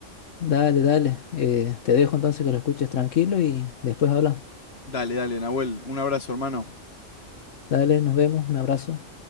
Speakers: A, on the left; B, on the left.
A: Dale, dale. eh, te dejo entonces que lo escuches tranquilo y después hablamos.
B: Dale, dale, Nahuel, un abrazo, hermano.
A: Dale, nos vemos. Un abrazo.